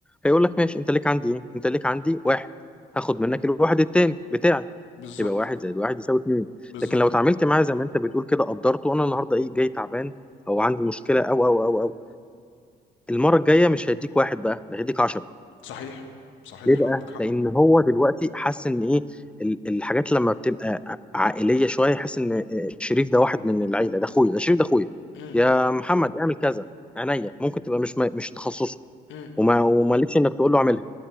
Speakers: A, in the centre; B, on the left.
A: هيقول لك ماشي انت ليك عندي ايه انت ليك عندي واحد هاخد منك الواحد التاني بتاعي
B: بالظبط
A: يبقى واحد زائد واحد يساوي اتنين
B: بالظبط
A: لكن لو اتعاملت معاه زي ما انت بتقول كده قدرته انا النهارده ايه جاي تعبان او عندي مشكله او او او او المره الجايه مش هيديك واحد بقى ده هيديك 10
B: صحيح صحيح
A: ليه بقى؟
B: عندك حق
A: لأن هو دلوقتي حاسس إن إيه ال- الحاجات لما بتبقى عائلية شوية يحس إن آه، شريف ده واحد من العيلة ده أخويا ده شريف ده أخويا
B: امم
A: يا محمد اعمل كذا عينيا ممكن تبقى مش مش تخصصه
B: امم
A: وما ومالكش إنك تقول له اعملها